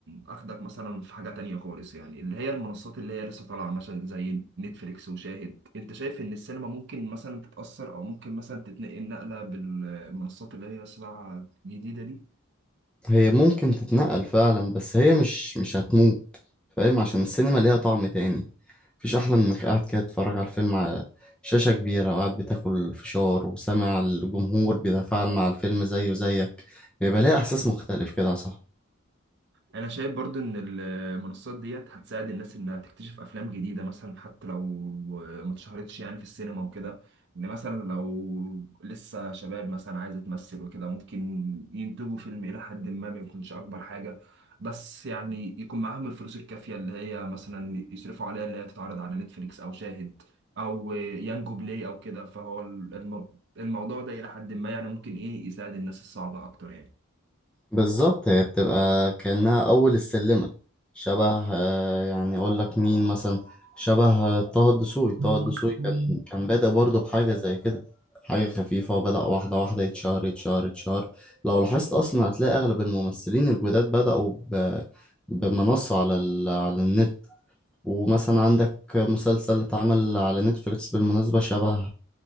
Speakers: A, on the right; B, in the centre.
A: اخدك مثلا في حاجة تانية خالص يعني اللي هي المنصات اللي هي لسه طالعة مثلا زي نتفليكس وشاهد انت شايف ان السينما ممكن مثلا تتأثر او ممكن مثلا تتنقل نقلة بالمنصات اللي هي لسه طالعة جديدة دي
B: هي ممكن تتنقل فعلا بس هي مش مش هتموت فاهم عشان السينما ليها طعم تاني مفيش أحلى من إنك قاعد كده تتفرج على الفيلم على شاشة كبيرة وقاعد بتاكل فشار وسامع الجمهور بيتفاعل مع الفيلم زيه زيك بيبقى ليه إحساس مختلف كده يا صاحبي
A: انا شايف برضو ان المنصات ديت هتساعد الناس انها تكتشف افلام جديده مثلا حتى لو ما اتشهرتش يعني في السينما وكده ان مثلا لو لسه شباب مثلا عايزه تمثل وكده ممكن ينتجوا فيلم الى حد ما ما يكونش اكبر حاجه بس يعني يكون معاهم الفلوس الكافيه اللي هي مثلا يصرفوا عليها اللي هي تتعرض على نتفليكس او شاهد او يانجو بلاي او كده فهو الم- الموضوع ده الى حد ما يعني ممكن ايه يساعد الناس الصعبه اكتر
B: بالظبط هي بتبقى كأنها أول السلمة شبه آه، يعني أقول لك مين مثلا شبه آه، طه الدسوقي
A: يعني
B: طه الدسوقي كان كان بادئ برضه بحاجة زي كده حاجة خفيفة وبدأ واحدة واحدة يتشهر يتشهر يتشهر لو لاحظت أصلا هتلاقي أغلب الممثلين الجداد بدأوا ب... بمنصة على ال... على النت ومثلا عندك مسلسل اتعمل على نتفليكس بالمناسبة شبه